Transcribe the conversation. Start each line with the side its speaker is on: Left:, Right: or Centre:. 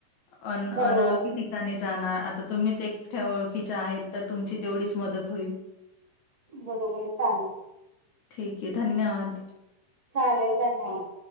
Left: अ
Right: बरोबर
Left: अनोळखी ठिकाणी जाणार आता तुम्हीच एक त्या ओळखीच्या आहेत तर तुमची तेवढीच मदत होईल.
Right: बरोबर चालेल
Left: ठीक हे धन्यवाद
Right: चालेल का नाही